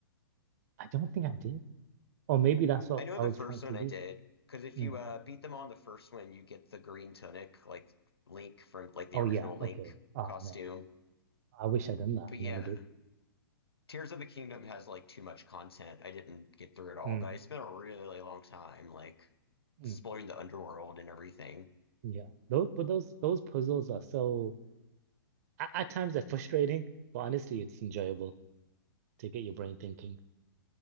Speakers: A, on the right; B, on the left.
A: I don't think I did. Or maybe that's what
B: I know
A: I
B: the
A: was
B: first
A: trying to
B: one
A: do.
B: I did, because if
A: Mm.
B: you uh beat them on the first one, you get the green tunic, like Link from like the
A: Oh
B: original
A: yeah,
B: Link
A: okay. Oh
B: costume.
A: man. I wish I'd done that.
B: But
A: I
B: yeah.
A: never did.
B: Tears of the Kingdom has like too much content. I didn't get through it all,
A: Mm,
B: but I spent a really long time like exploring
A: mm.
B: the underworld and everything.
A: Yeah, those but those those puzzles are so at, at times they're frustrating, but honestly, it's enjoyable to get your brain thinking.